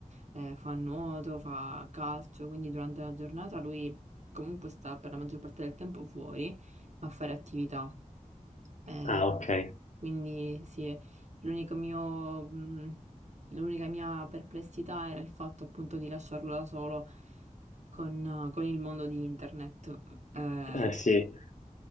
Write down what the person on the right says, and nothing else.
eh, fa nuoto, fa calcio, quindi durante la giornata lui comunque sta per la maggior parte del tempo fuori a fare attività. Eh,
quindi sì, l'unico mio, mh, l'unica mia perplessità era il fatto appunto di lasciarlo da solo con, con il mondo di internet. Eh,